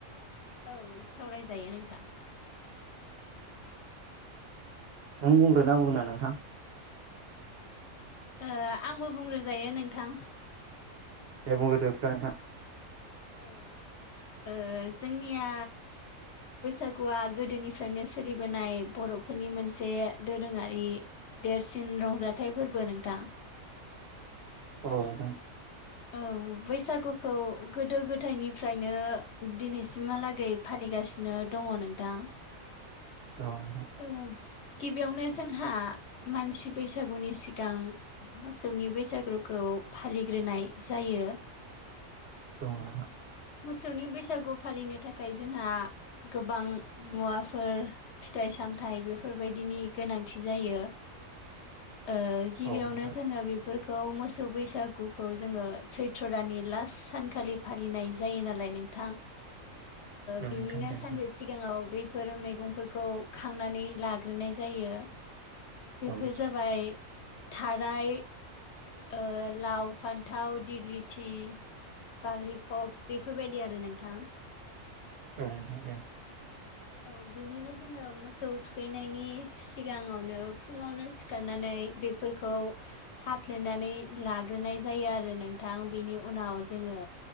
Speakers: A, on the left; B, on the right.
A: औ सावरायजायो नोंथां।
B: नों बुंग्रोनोना आं बुंग्रोनो नोंथां
A: ओ आंबो बुंग्रोजायो नोंथां
B: दे बुंग्रोदो नोंथां
A: औ ओ जोंनिया बैसागुआ गोदोनिफ्रायनो सोलिबोनाय बर'फोरनि मोनसे दोरोङारि देरसिन रंजाथाइ फोरबो नोंथां
B: औ नोंथां
A: औ बैसागुखौ गोदो गोदायनिफ्रायनो दिनैसिमहालागै फालि लिबोगासिनो दङ नोंथां
B: औ नोंथां
A: ओ गिबियावनो जोंहा मानसि बैसागुनि सिगां मोसौनि बैसागुखौ फालिग्रोनाय जायो।
B: औ नोंथां
A: मोसौनि बैसागु फालिनो थाखाय जोंहा गोबां मुवाफोर फिथाइ फिथाइ सामथाइ बेफोरबायदिनि गोनांथि जायो। ओ गिबियावनो
B: औ नोंथां औ नोंथां दे
A: जोङो बे फोरखौ मोसौ बैसागुखौ जोङो सैथ्र' दाननि लास सानखालि फालिनाय जायो नालाय नोंथां
B: औ
A: बिनिनो
B: नोंथां औ नोंथां
A: ओ सानसे
B: दे
A: सिगांआव बे बेफोर मैगंफोरखौ खांनानै लाग्रोनाय जायो। बेफोर
B: औ
A: जाबाय थाराय ओ लाव फान्थाव दिग्लिथि बाग्रिखब बेफोरबायदि आरो नोंथां।
B: औ नोंथां दे
A: औ बिनिनो जोङो मोसौ थुखैनायनि सिगाङावनो फुङावनो सिखारनानै बेफोर खौ हाफ्लेनानै लाग्रोनाय जायो आरो नोंथां बेनि उनाव जोङो